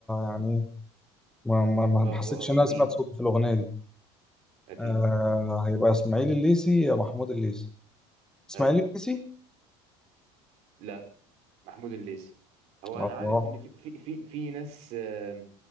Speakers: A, in the centre; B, on the right (about 55°).
A: يعني ما ما ما
B: اه
A: ما حسيتش
B: هو هو
A: ان انا
B: جديد
A: سمعت صوته في الاغنيه دي
B: أكيد
A: آه هيبقى اسماعيل الليسي يا محمود الليسي اسماعيل
B: أيوه
A: الليسي
B: لا محمود الليسي هو
A: اه
B: أنا عارف إن في في في, في ناس آه،